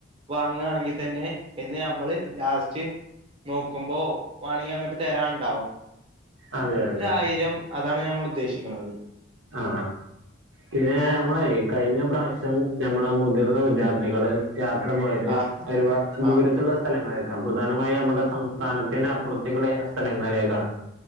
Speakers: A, on the right; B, on the right.
A: വാങ്ങുകയാണെങ്കിൽ തന്നെ പിന്നെ നമ്മള് ലാസ്റ്റ് നോക്കുമ്പോ വേണങ്കി അങ്ങട്ട് തരാൻണ്ടാവും
B: അതെ അതെ
A: ആയിരം അതാണ് ഞമ്മൾ ഉദ്ദേശിക്കുന്നത്
B: ആ പിന്നെ നമ്മളെ കഴിഞ്ഞ പ്രാവശ്യം ഞമ്മള മുതിർന്ന വിദ്യാർത്ഥികള് യാത്ര പോയത്
A: ആ
B: ഒരുപാട്
A: ആ
B: ദൂരത്തുള്ള സ്ഥലങ്ങ കമ്പുധനമായ നമ്മുടെ സംസ്ഥാനത്തിന് അപ്പുറത്തേക്കുള്ള സ്ഥലങ്ങളിലേക്കാണ്.